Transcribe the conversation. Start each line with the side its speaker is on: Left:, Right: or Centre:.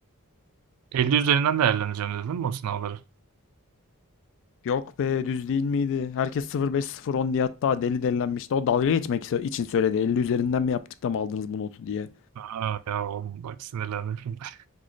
Right: 50 üzerinden değerlendireceğim dedin mi o sınavları?
Left: Yok be düz değil miydi? Herkes 05 010 diye hatta deli delilenmişti. O dalga geçmek iso- için söyledi. elli üzerinden mi yaptık da mı aldınız bu notu diye.
Right: Aa, ya oğlum bak sinirlendim şimdi. <laughs>